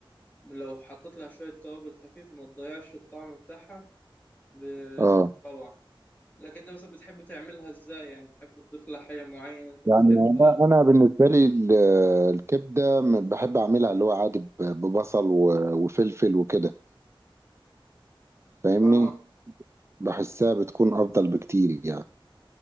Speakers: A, on the left (about 20°); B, on the right (about 30°).
A: لو حطيت لها شوية توابل خفيفة ما تضيعش الطعم بتاعها بتبقى
B: اه
A: روعة لكن أنت مثلا بتحب تعملها إزاي يعني بتحب تضيف لها حاجة معينة أنت بتحبها
B: يعني انا أنا بالنسبه لي ال- الكبده م- بحب اعملها اللي هو عادي ب- ببصل و- وفلفل وكده فاهمني
A: آه
B: بحسها بتكون افضل بكتير يعني